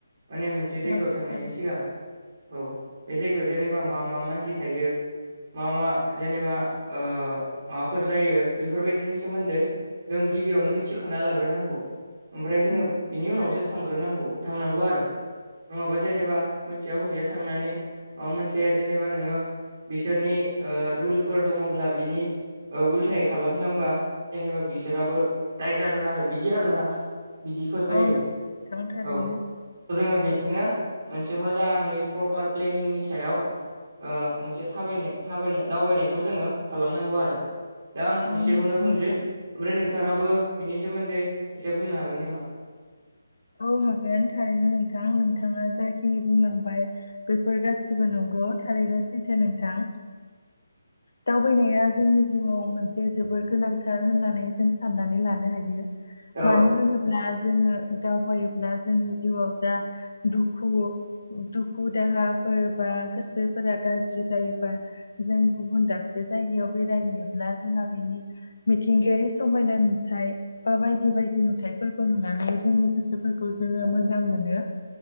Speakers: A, on the right (about 45°); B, on the left (about 75°).
A: माने मोनसे जायगायाव
B: औ
A: थांनायनि
B: थारैनो
A: सिगां। औ बे जायगायाव जेनेबा मा -मा मानसि थायो मा- मा जेनेबा ओ माबाफोर जायो बेफोरबायदिनि सोमोन्दै जों गिबियावनो मिथिखाना लाग्रोनांगौ, ओमफ्राय जोङो
B: नंगौ
A: बिनि
B: थारैनो
A: उनावसो थांग्रोनांगौ थांनांगौ आरो। नङाबा जेनेबा मोनथिया हसिया थांनानै माबा मोनसे जेनेबा नोङो बिसोरनि ओ रुलफोर दङब्ला बिनि ओ उल्थाय खालामफ्लांबा जेनेबा बिसोराबो दाय जागोन आरो बिदि आरोना। बिदिफोर जायो
B: औ नंगौ नोंथां थारैनो
A: औ। जोङो बिदिनो मोनसे मोजाङै प्रपार प्लेनिंनि सायाव ओ मोनसे थाबायनाय थाबायनाय दावबायनायखौ जोङो खालामनांगौ आरो दा आं
B: औ
A: बिसेखौनो
B: नंगौ
A: बुंसै।
B: नोंथां
A: ओमफ्राय नोंथाङाबो बिनि सोमोन्दै एसे बुंनो हागोन नामा?
B: औ हागोन थारैनो नोंथां नोंथाङा जाखिनि बुंलांबाय बेफोर गासिबो नंगौ थारैनो सैथो नोंथां। दावबायनाया जोंनि जिउआव मोनसे जोबोर गोनांथार होननानै जों साननानै लानो हायो
A: औ
B: मानो होनोब्ला जोङो दावबायोब्ला जोंनि जिउआव दा दुखु दुखु- दाहाफोर बा गोसोफोरा गाज्रि जायोबा जों गुबुन दाबसे जायगायाव बेरायहैयोब्ला जोंहा बेनि मिथिंगायारि समायना नुथाय बा बायदि बायदि नुथाइफोरखौ नुनानै जोंनि गोसोफोरखौ जोङो मोजां मोनो